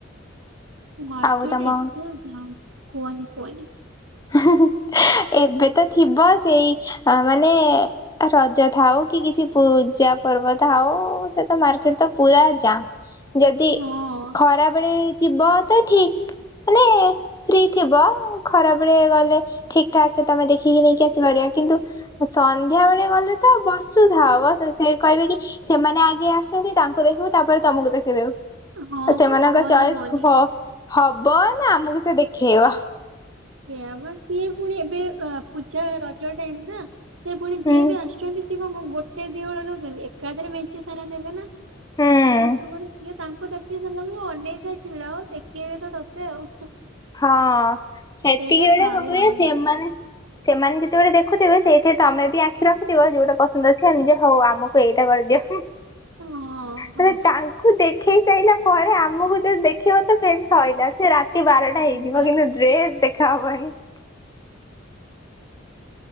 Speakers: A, on the right; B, on the left.
A: ମାର୍କେଟ
B: ଆଉ ତମ
A: ଏତେ ଯାମ୍ କୁହନି। <unintelligible>
B: <unintelligible> ଏବେ ତ ଥିବ ସେଇ ମାନେ ରଜ ଥାଉ କି କିଛି ପୂଜା ପର୍ବ ଥାଉ ସେ ତ ମାର୍କେଟ ତ ପୁରା ଯାମ୍। ଯଦି
A: ହଁ
B: ଖରାବେଳେ ଯିବ ତ ଠିକ ମାନେ ଫ୍ରି ଥିବ ଖରାପ କହିବାକୁ ଗଲେ ଠିକ ଠାକ ତମେ ଦେଖିକି ନେଇକି ଆସିପାରିବା କିନ୍ତୁ ସନ୍ଧ୍ୟା ବେଳେ ଗଲେ ତ ବସୁଥାଅ ବ ସେ କହିବେ କି ସେମାନେ ଆଗେଇ ଆସୁଛନ୍ତି। ତାଙ୍କୁ ଦେଖିବୁ ତାପରେ ତମକୁ ଦେଖିଦବୁ।
A: ହଁ
B: ଆଉ ସେମାନଙ୍କ
A: ବା କୁହନି
B: ଚଏସ
A: କୁହନି।
B: ହଁ। ହବ ନା ଆମକୁ ସେ ଦେଖେଇବ?
A: ସେ ଆମ ସିଏ ପୁଣି ଏବେ ପୂଜା ରଜ ଟାଇମ ନା ସେ ପୁଣି
B: ହୁଁ
A: ଯିଏ ବି ଆସୁଛନ୍ତି ସିଏ କଣ କଣ ଗୋଟେ ଦି ବେଳ ନଉଛନ୍ତି ଏକାଥରେ ମେଞ୍ଚି ସାରା ନେବେ ନା ସମସ୍ତଙ୍କର
B: ହୁଁ
A: ସିଏ ତାଙ୍କୁ ଦେଖେଇ ସାରିଲା ବେଳୁ ଅନେକ ଛିଡା ଆଉ ଦେଖେଇବେ ତ ତତେ ଆଉ।
B: ହଁ। ସେତିକି
A: ଏଇଟା
B: ବେଳେଆ
A: ଭାରି
B: କ କହେ
A: ରଗ
B: ସେମାନେ
A: ଯୋଡେ
B: ସେମାନେ ଯେତେବେଳେ ଦେଖ ରଖୁଥିବେ ସେଇଥିରେ ତମେ ବି ଆଖି ରଖିଥିବ ଯୋଉଟା ପସନ୍ଦ ଅଛି ଯେ ହଉ ଆମକୁ ଏଇଟା କରିଦିଅ।
A: ହଁ ଭଲ
B: ମାନେ ତାଙ୍କୁ ଦେଖି ଦେଖେଇ ସାଇଲା ପରେ ଆମକୁ ଯଦି ଦେଖିବ ତ ସେଇଟି ସଇଲା ସେ ରାତି ବାର ହେଇଯିବ
A: ହଁ ପରା।
B: କିନ୍ତୁ ଡ୍ରେସ ଦେଖ ଖା ହବନି। <inaudible>